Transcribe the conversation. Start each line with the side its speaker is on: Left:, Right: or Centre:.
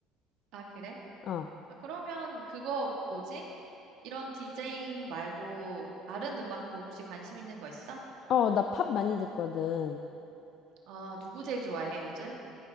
Right: 아, 그래?
Left: 어.
Right: 아, 그러면 그거 뭐지? 이런 디제잉 말고 다른 음악도 혹시 관심 있는 거 있어?
Left: 어, 나 팝 많이 듣거든.
Right: 아, 누구 제일 좋아해, 요즘?